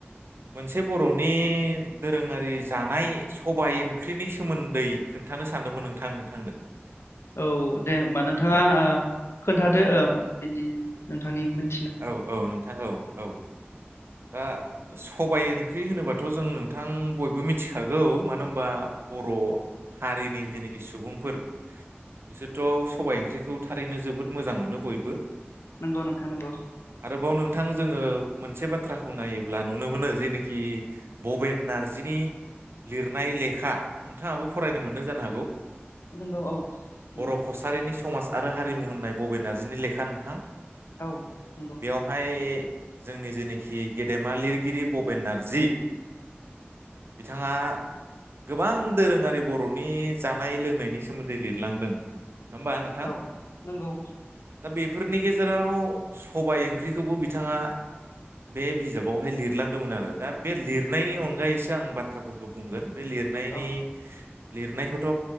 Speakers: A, on the right; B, on the left.
A: मोनसे बर'नि दोरोङारि जानाय सबाय ओंख्रिनि सोमोन्दै खोन्थानो सानदोंमोन नोंथां नोंथांनो।
B: औ दे होमबा नोंथाङा
A: औ
B: ओ खोन्थादो ओ बिनि नोंथांनि मोन
A: औ औ नोंथां औ औ दा सबाय ओंख्रि होनोबाथ' जों नोंथां बयबो मिथिखागौ मानो होनबा बर' हारिनि जेनोखि सुबुंफोर बिसोरथ' सबायाइ ओंख्रिखौ थारैनो जोबोद मोजां मोनो बयबो
B: नंगौ नंखा नंगौ
A: आरोबाव नोंथां जोङो मोनसे बाथ्राखौ नायोब्ला नुनो मोनो जेनोखि बबेन नार्जिनि लिरनाय लेखा नोंथाङाबो फरायनो मोनदों जानो हागौ
B: नंगौ औ नंगौ
A: बर' कसारिनि समाज आरो हारिमु होननाय भबेन नार्जिनि लेखा नोंथां
B: औ नंगौ
A: बेवहाय जोंनि जेनोखि गेदेमा लिरगिरि भबेन नारजि बिथाङा गोबां दोरोङारि बर'नि जानाय लोंनायनि सोमोन्दै लिरलांदों होमबा नोंथां
B: औ नंगौ
A: बे फोरनि गेजेराव सबाय ओंख्रिखौबो बिथाङा बे बिजाबावहाय लिरलांदोंमोन आरो दा बे लिरनायनि अनगायैसो आं बाथ्राफोरखौ बुंगोन बे लिरनायनि
B: औ
A: लिरनायखौथ'